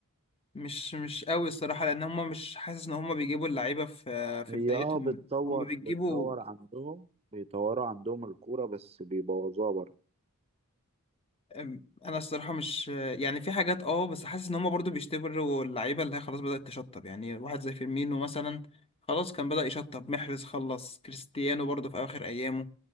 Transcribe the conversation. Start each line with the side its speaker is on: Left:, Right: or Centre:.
Left: مش مش قوي الصراحة لأن هما مش حاسس إن هما بيجيبوا اللعيبة في في
Right: هي
Left: بدايتهم
Right: اه بتطور
Left: هما بيجيبوا
Right: بتطور عندهم بيطوروا عندهم الكورة بس بيبوظوها بره
Left: أم، انا الصراحه مش يعني في حاجات اه بس حاسس ان هم برضو بيشتبروا اللعيبه اللي هي خلاص بدات تشطب يعني واحد زي فيرمينو مثلا خلاص كان بدا يشطب محرز خلص كريستيانو برضو في اخر ايامه